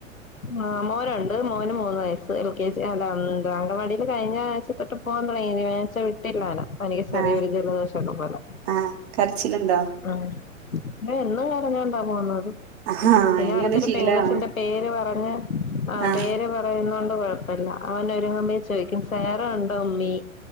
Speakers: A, on the left; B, on the right.
A: ആഹ് മോനുണ്ട്. മോന് മൂന്ന് വയസ്സ്. എൽ കെ ജി അഹ് ഉം അംഗനവാടീല് കഴിഞ്ഞ ആഴ്ച തൊട്ട് പോകാൻ തുടങ്ങി. ഈ ആഴ്ച വിട്ടില്ല ലൊ. പനിയും ചെറിയൊരു
B: ആഹ്
A: ജലദോശം ക്കെ പോലെ
B: ആഹ് കരച്ചിലുണ്ടോ?
A: ആഹ് എന്നും കരഞ്ഞോണ്ടാ പോന്നത്.
B: ആഹ്
A: പിന്നെ
B: ഇനിയാണ്
A: അടുത്തൊരു
B: ശീലാവണെ
A: പെൻകൊച്ചിന്റെ പേര് പറഞ്ഞ് അഹ്
B: ആഹ്
A: പേര് പറഞ്ഞ് വരുന്നോണ്ട് കൊഴപ്പല്ല. അവനൊരുങ്ങുംപോത്തിനും ചോയിക്കും സേറ ണ്ടോ ഉമ്മീ?